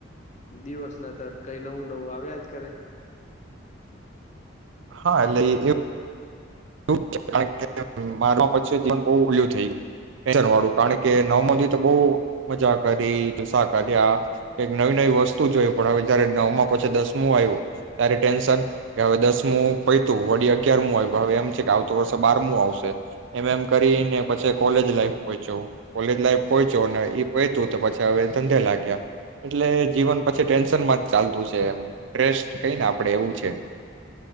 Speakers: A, on the left; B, on the right.
A: દિવસ ના થાત કઈક નવું નવું આવ્યા જ કરે
B: હા <unintelligible> લઈ લીધુ <inaudible> બારમા પછી બહુ ઓલું થય ગયુ ટેનસન વાળું કારણ કે નવમાં તો બહુ મજા કરી, જલસા કર્યા, કઇક નવી નવી વસ્તુ જોય, પણ હવે જયારે નવમાં પછી દસમું આવ્યું ત્યારે ટેન્શન કે હવે દસમું પયતું વડી અગિયારમું આવ્યું હવે એમ કે આવતો વર્ષ બારમું આવશે એમ એમ કરીને પછી કોલેજ લાઈફ પોઇચો હુ. કોલેજ લાઈફ પોઇચો ને એ પયતું તો પછી હવે ધંધે લાગ્યા એટલે જીવન પછી ટેન્શનમાં માજ ચાલતું છે એમ સ્ટ્રેસ કઈને આપડે એવું છે.